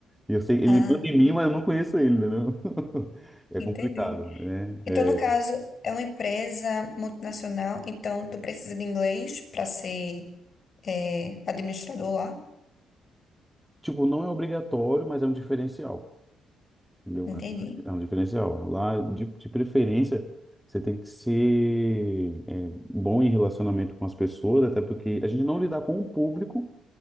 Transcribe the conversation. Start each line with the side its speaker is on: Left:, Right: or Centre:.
Centre: e eu sei ele
Left: Ah,
Centre: manda em mim, mas eu não conheço ele, entendeu? <laughs> É
Left: entendi.
Centre: complicado, né?
Left: Então,
Centre: É,
Left: no caso, é uma empresa multinacional, então tu precisa de inglês para ser eh, administrador lá?
Centre: tipo, não é obrigatório, mas é um diferencial. Entendeu?
Left: Entendi.
Centre: É é um diferencial. Lá, de, de preferência, você tem que ser é, bom em relacionamento com as pessoas, até porque a gente não lidar com o público,